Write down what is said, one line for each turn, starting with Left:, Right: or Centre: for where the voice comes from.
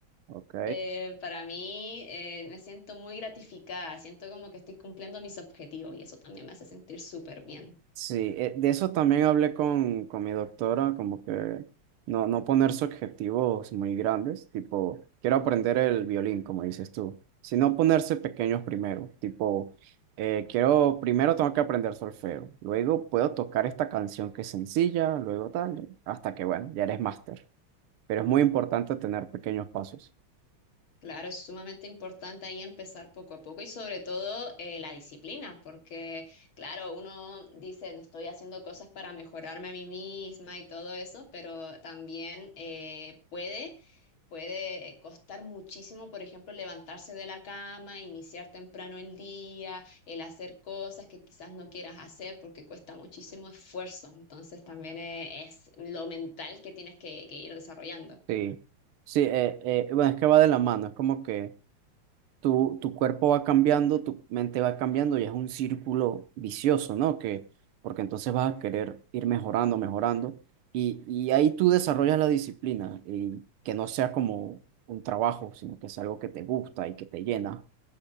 Right: ok.
Left: Eh, para mí eh, me siento muy gratificada, siento como que estoy cumpliendo mis objetivos y eso también me hace sentir súper bien.
Right: Sí, eh, de eso también hablé con, con mi doctora, como que no, no ponerse objetivos muy grandes, tipo, quiero aprender el violín, como dices tú, sino ponerse pequeños primero, tipo, eh, quiero, primero tengo que aprender solfeo, luego puedo tocar esta canción que es sencilla, luego tal, hasta que, bueno, ya eres máster, pero es muy importante tener pequeños pasos.
Left: Claro, es sumamente importante ahí empezar poco a poco y sobre todo eh, la disciplina, porque claro, uno dice, estoy haciendo cosas para mejorarme a mí misma y todo eso, pero también eh, puede, puede costar muchísimo, por ejemplo, levantarse de la cama, iniciar temprano el día, el hacer cosas que quizás no quieras hacer porque cuesta muchísimo esfuerzo. Entonces también eh, es lo mental que tienes que que ir desarrollando.
Right: Sí, sí, eh, eh, bueno, es que va de la mano, es como que tu, tu cuerpo va cambiando, tu mente va cambiando y es un círculo vicioso, ¿no? Que, porque entonces vas a querer ir mejorando, mejorando y, y ahí tú desarrollas la disciplina y que no sea como un trabajo, sino que es algo que te gusta y que te llena.